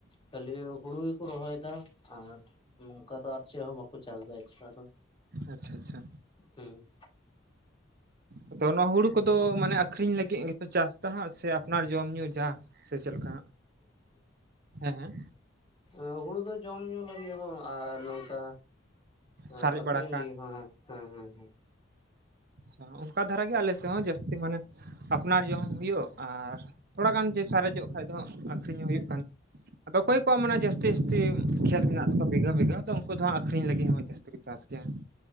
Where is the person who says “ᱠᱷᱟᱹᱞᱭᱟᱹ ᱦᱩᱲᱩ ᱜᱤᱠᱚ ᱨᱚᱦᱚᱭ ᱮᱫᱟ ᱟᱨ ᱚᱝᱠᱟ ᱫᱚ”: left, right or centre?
Left